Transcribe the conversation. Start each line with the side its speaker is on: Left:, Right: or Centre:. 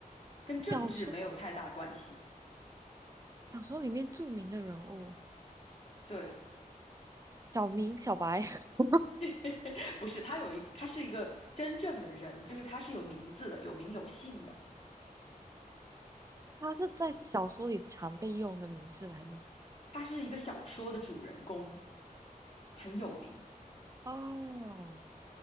Left: 跟政治没有太大关系，
Right: 小说，小说里面著名的人物，
Left: 对。
Right: 小明、小白，<laughs>
Left: <laughs> 不是，他有一，他是一个真正的人，就是他是有名字的，有名有姓的。
Right: 他是在小说里常被用的名字，还是？
Left: 他是一个小说的主人公，很有名。
Right: 哦，